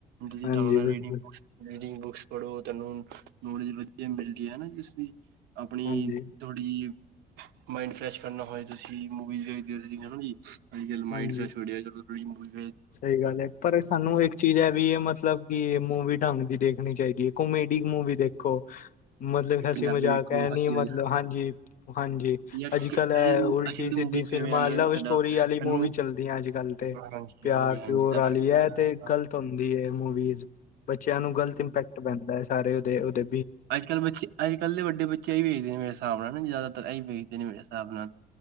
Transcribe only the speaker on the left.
ਹਾਂਜੀ
ਬਿਲਕੁਲ
ਹਾਂਜੀ
ਹਾਂਜੀ
ਸਹੀ ਗੱਲ ਹੈ ਪਰ ਸਾਨੂੰ ਇੱਕ ਚੀਜ਼ ਹੈ ਵੀ ਇਹ ਮਤਲਬ ਕਿ ਮੂਵੀ ਢੰਗ ਦੀ। ਦੇਖਣੀ ਚਾਹੀਦੀ ਹੈ ਕੋਮੇਡੀ ਮੂਵੀ ਦੇਖੋ ਮਤਲਬ ਹਾਸੀ
ਮਜ਼ਾਕ
ਹੈ ਨੀ
ਮਤਲਬ
ਹਾਂਜੀ ਹਾਂਜੀ
ਅੱਜ ਕੱਲ ਹੈ
ਉਲਟੀ
ਸਿੱਧੀ।
ਦੀ
ਫਿਲਮਾਂ
ਲਵ
ਸਟੋਰੀ
ਵਾਲੀ ਮੂਵੀ ਚੱਲਦੀਆਂ ਅੱਜ ਕੱਲ ਤੇ।
ਪਿਆਰ-ਪਿਓਰ
ਵਾਲੀ
ਹੈ, ਤੇ ਗ਼ਲਤ ਹੁੰਦੀ ਏ ਮੂਵੀਜ਼। ਬੱਚਿਆਂ ਨੂੰ ਗ਼ਲਤ ਇੰਪੈਕਟ ਪੈਂਦਾ ਹੈ। ਸਾਰੇ ਉਹਦੇ-ਉਹਦੇ